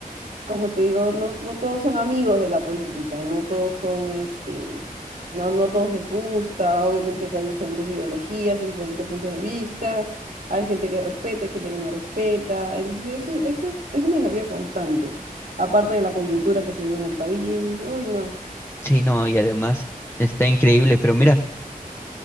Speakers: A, on the right; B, on the left.
A: como te digo, no, no todos son amigos de la política, no todos son, este, no, no a todos les gusta, obviamente que hay diferentes ideologías y diferentes puntos de vista, hay gente que respeta, hay gente que no respeta, entonces eso es, un, es un desafío constante, aparte de la coyuntura que se vive en el país, uy, no.
B: Sí, no, y además está increíble, pero mira.